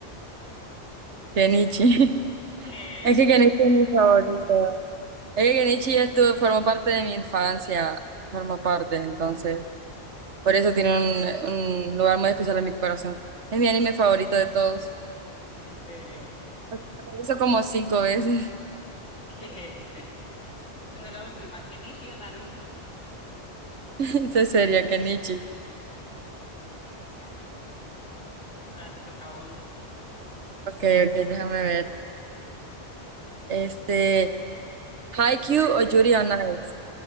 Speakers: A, on the right; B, on the left.
A: <laughs> Genichi.
B: <laughs> ¿qué?
A: Es que
B: en
A: Genichi
B: serio,
A: es mi favorito. Es que Genichi ya estuvo, formó parte de mi infancia, formó parte, entonces, por eso tiene un, un lugar muy especial en mi corazón. Es mi anime favorito de todos.
B: en serio.
A: Lo Hizo como cinco veces.
B: <laughs> ¿Qué? bueno, la última, Kenichi o Naruto. <laughs>
A: <laughs> Ese sería Kenichi.
B: Bueno, ahora te toca a vos.
A: Ok, ok, déjame ver. Este, Haikyuu
B: Hombre,
A: o Yuri on Ice.